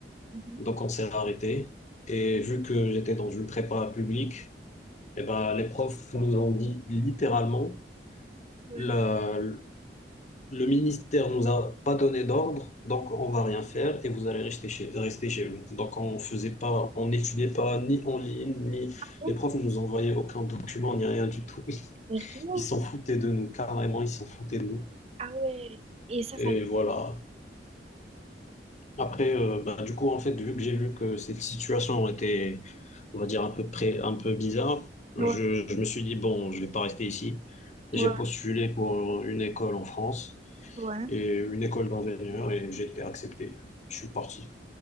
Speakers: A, on the right; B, on the left.
A: Mhm.
B: Donc on s'est arrêté. Et vu que j'étais dans une prépa publique, eh ben, les profs nous ont dit littéralement,
A: Ouais.
B: la- le ministère nous a pas donné d'ordre, donc on va rien faire et vous allez rester chez, rester chez vous. Donc on faisait pas, on n'étudiait pas ni en ligne, ni
A: Oh,
B: les profs ne nous envoyaient aucun document, ni rien du tout.
A: sérieux?
B: Ils s'en foutaient de nous, carrément, ils s'en foutaient de nous.
A: Ah ouais. Et ça,
B: Et
A: ça.
B: voilà, Après, euh, bah, du coup, en fait, vu que j'ai vu que cette situation était, on va dire, un peu près, un peu bizarre,
A: Ouais,
B: je, je me suis dit, bon, je vais pas rester ici. J'ai
A: ouais,
B: postulé pour une école en France
A: ouais.
B: et une école d'ingénieur et j'ai été accepté. Je suis parti.